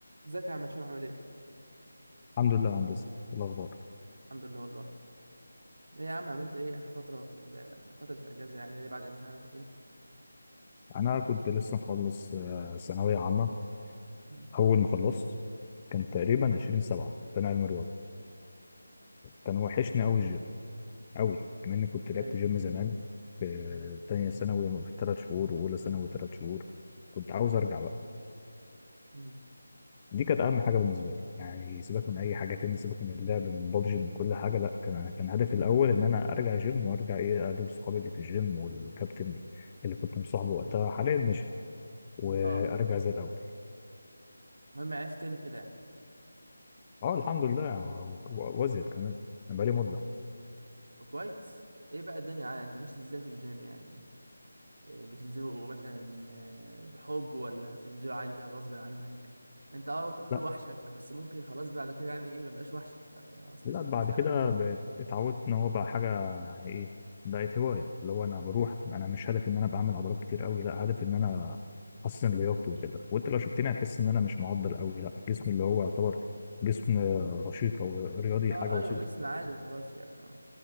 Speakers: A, on the right; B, on the left.
A: ازيك يا عم هشام عامل ايه؟
B: الحمد لله يا هندسة إيه الأخبار
A: الحمد لله والله ايه يا عم عملت ايه اخر فترة في ال- فترة الاجازة يعني اللي بعد الامتحانات وكده
B: أنا كنت لسه مخلص آه، ثانوية عامة
A: مم.
B: أول ما خلصت كان تقريبا 20 سبعة كان علم رياضة كان وحشني أوي الجيم أوي كمان إني كنت لعبت
A: ايوه
B: جيم زمان في تانية ثانوي في تلات شهور وأولى ثانوي تلات شهور كنت عاوز أرجع بقى
A: امم
B: دي كانت أهم حاجة بالنسبة لي يعني سيبك من أي حاجة تاني سيبك من اللعب من بابجي من كل حاجة لأ كان كان هدفي الأول إن أنا أرجع جيم وأرجع إيه أقابل صحابي اللي في الجيم والكابتن اللي كنت مصاحبه وقتها حاليا مشي وأرجع
A: اه
B: زي الأول
A: المهم عرفت تعمل كده يعني
B: اه الحمد لله و- و- وازيد كمان أنا بقالي مدة
A: طب كويس ايه بقى الدنيا يعني انت ماشي ازاي في الجيم يعني إيه بتنزلوا مثلا آه، بحب ولا بتنزلوا عادي كده غصب عنك انت اه كنت بتقول
B: لا
A: وحشك بس ممكن خلاص بعد كده يعني ايه مبقاش وحشك يعني خلاص
B: لا
A: مثلا
B: بعد
A: تزهق
B: كده
A: منه
B: بقيت اتعودت ان هو بقى حاجة يعني ايه بقت هواية اللي هو انا بروح انا مش هدفي ان انا بعمل عضلات كتير قوي لا هدفي ان انا احسن لياقتي وكده وانت لو شفتني هتحس ان انا مش معضل قوي لا جسمي اللي هو يعتبر جسم رشيق او رياضي
A: اه
B: حاجة
A: اه، ايوه
B: بسيطة
A: جسم عادي وخلاص يعني آه.